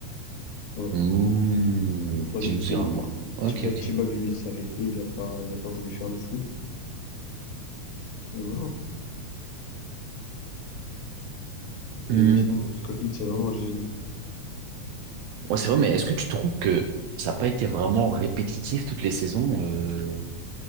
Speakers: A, on the left; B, on the right.
A: Voilà.
B: Mmh,
A: Tandis
B: je me
A: que
B: souviens, moi. Ok,
A: T-Bag,
B: ok.
A: T-Bag, lui, il s'est arrêté, il a pas, il a pas voulu faire le fou. Et voilà.
B: Hmm,
A: Et sinon, Scofield, c'est vraiment un génie.
B: Ouais, c'est vrai, mais est-ce que tu trouves que ça n'a pas été vraiment répétitif toutes les saisons? euh,